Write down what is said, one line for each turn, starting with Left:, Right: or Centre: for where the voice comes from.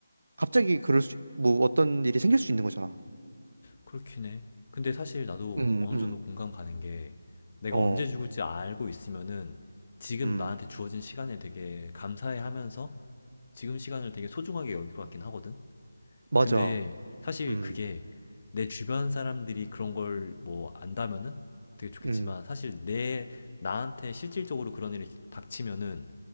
Right: 갑자기 그럴 수, 뭐 어떤 일이 생길 수 있는 거잖아.
Left: 그렇긴 해. 근데 사실 나도
Right: 음,
Left: 어느
Right: 음,
Left: 정도 공감 가는 게 내가
Right: 어,
Left: 언제 죽을지 알고 있으면은 지금
Right: 음,
Left: 나한테 주어진 시간에 되게 감사해 하면서 지금 시간을 되게 소중하게 여길 것 같긴 하거든?
Right: 맞아.
Left: 근데 사실
Right: 음,
Left: 그게 내 주변 사람들이 그런 걸 뭐 안다면은 되게 좋겠지만
Right: 음,
Left: 사실 내 나한테 실질적으로 그런 일이 닥치면은